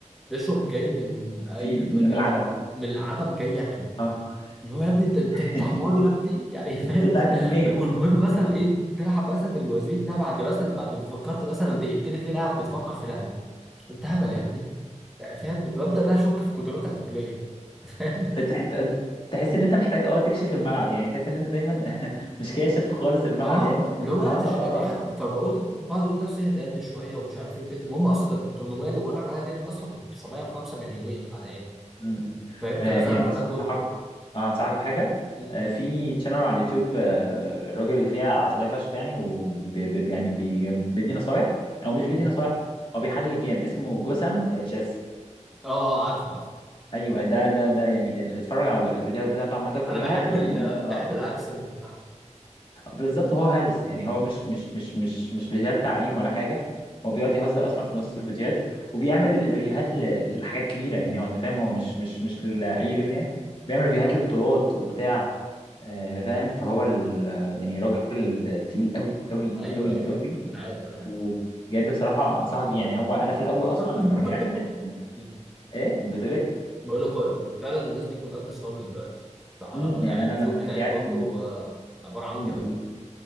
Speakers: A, in the centre; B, on the left.
A: بيشوب جاي من اي
B: فيل
A: مكان
B: من من العدم
A: من العدم جاي ياكله
B: اه
A: اللي هو يا ابني انت انت انت
B: <laughs>
A: حمار يا ابني يعني <laughs> فاهم
B: انت طلعت
A: ازاي
B: منين
A: لا والمهم مثلا ايه تلعب مثلا الوزير ده بعد مثلا بعد ما فكرت مثلا دقيقتين اتنين قاعد بتفكر في لا لا انت هبل يا ابني يعني فاهم ببدا بقى اشك في قدراتي العقليه <laughs> فاهم
B: انت حت- تحس ان انت محتاج اه تكشف الملعب يعني تحس ان انت دايما <laughs> مش كاشف خالص الملعب
A: اه
B: يعني
A: اللي هو هتش
B: اه اه
A: يعني إيه فبقول بقعد اقول لنفسي اهدى يا ابني شويه ومش عارف ايه وكده المهم اصلا ال 800 اللي بقول لك عليها دي انا اصلا كنت 905 من يومين يعني
B: م- م.
A: فاهم
B: آه،
A: فنزلت
B: يعني بص
A: ده كله
B: هنصحك اه هنصحك بحاجه
A: م-
B: آه، في شانل على اليوتيوب آه، الراجل اللي فيها عسليه فشخ يعني وب يعني بي- بيدي نصايح او مش
A: مين
B: بيدي نصايح هو بيحلل الجيم اسمه جسم آه، تشيس
A: اه اه عارفه عارفه
B: ايوه ده ده ده يعني ال- اتفرج على الفيديوهات بتاعته عامه كلها
A: انا بحب
B: يعني
A: ال
B: انا اه
A: بحب
B: آه.
A: الاكسنت بتاعته
B: بالظبط هو هلس يعني هو مش مش مش مش مش فيديوهات تعليم ولا حاجه هو بيقعد يهزر اصلا في نص الفيديوهات وبيعمل ريفيوهات ل- لحاجات كبيره يعني هو انت فاهم هو مش مش مش لاي ليفل يعني بيعمل ريفيوهات لبطولات وبتاع آه، فاهم فهو ال- يعني راجل تقيل قوي قوي
A: ايوه
B: قوي
A: ايوه
B: قوي
A: ايوه انا عارف انا عارف
B: وبجد بصراحه انصحك بيه يعني هو انا في الاول اصلا
A: <coughs>
B: لما رجعت من
A: <laughs> م.
B: ايه بتقول ايه
A: بقول لك هو فعلا الناس دي كلها بتسهر لي دلوقتي فعلى
B: مم،
A: ال- يعني
B: يعني
A: اليوتيوب
B: انا لما رجعت
A: بتاعي كله
B: من
A: آه، عباره عن
B: قول
A: كده
B: قول
A: يعني